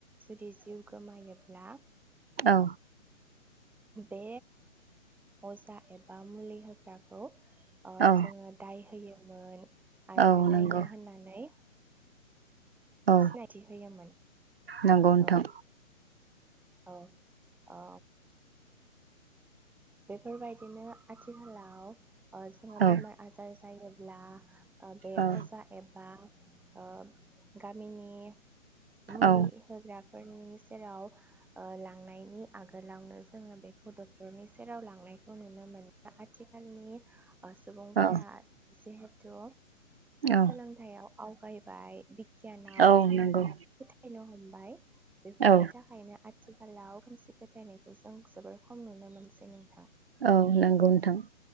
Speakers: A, in the centre; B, on the right (about 45°).
A: जुदि जिउ गोमायोब्ला
B: औ।
A: बे अजा एबा मुलि होग्राखौ ओ
B: औ
A: जोङो दाय होयो मोन आरो
B: औ नंगौ
A: दायना होननानै
B: औ
A: सिनायथि होयोमोन
B: नंगौ नोंथां
A: औ। औ आ बेफोर बाय‌ दिनो आथिखालाव जोङो बेमार
B: औ
A: आजार जायोब्ला बे
B: औ
A: अजा एबा ओ गामिनि मुलि
B: औ
A: होग्रा नि सेराव ओ लांनायनि आगोलावनो जोङो बेखौ डक्टरनि सेराव लांनायखौ नुनो मोनो आथिखालनि सुबुंफोरा
B: औ
A: जे ज'
B: औ
A: सोलोंथायाइयाव आवगायबाय गियानाव
B: औ नंगौ
A: फोथायनो हमो बाय बेफोरनि
B: औ
A: थाखायनो आथिखालाव खोमसि फोथायनायखौ जों जोबोर खम नुनो मोनो। सै नोंथां।
B: औ नंगौ नोंथां।